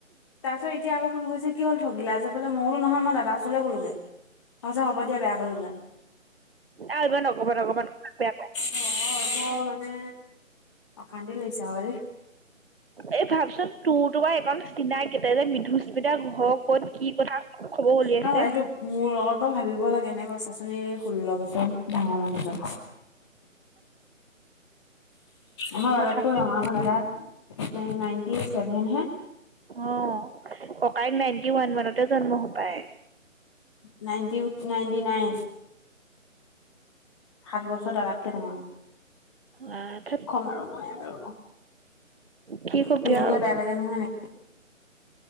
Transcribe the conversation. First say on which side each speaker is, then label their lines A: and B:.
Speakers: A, on the left (about 20°); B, on the right (about 45°).
A: তাৰপিছত এতিয়া আকৌ ফৌন কৰিছে কি হ'ল ঠগিলা যে বোলে মইতো নহয় মই দাদাৰ ওচৰলৈ গলোগে অ যাহ হ'ব দিয়া বেয়া পালোঁ বোলো
B: আও ইমান অকমান অকমান কথাত বেয়া পায়
A: ঘৰ বৰ <unintelligible> মানে অশান্তি লাগিছে আও দেই
B: এই ভাবচোন তোৰতো বা এইখন চিনাই কেইটাই যে মৃধুস্মিতা ঘৰ ক'ত কি কথা খবৰ উলিয়াইছে
A: ন এইটো মোৰ লগত বাৰু ভাবিব লাগে নে বাওঁ চা চোন এই ষোল্ল বছৰ ডাঙৰ মানুহজন আমাৰ দাদাকৌ
B: মাথা
A: ডাঙৰ আমাৰ দাদয় নাইনটি ছেভেন হে
B: অ ককাইক নাইনটি ওৱান মানতে জন্ম হ পায়
A: নাইনটি উচ নাইনটি নাইন সাত বছৰ দাদাতকে ডাঙৰ
B: আহ
A: কি
B: ধেৎ
A: কম আৰু মই আৰু
B: কি কবি
A: শুনিবলে
B: আৰু
A: বেয়া লাগে নহয় এনে